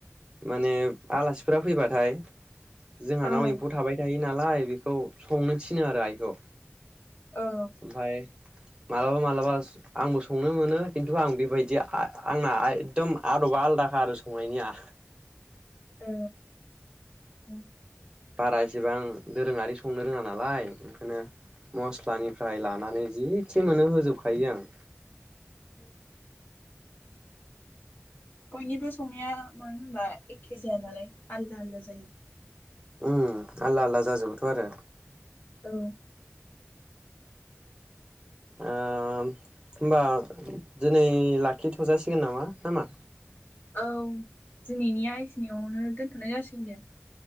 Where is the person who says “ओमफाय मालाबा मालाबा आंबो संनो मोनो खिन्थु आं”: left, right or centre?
Right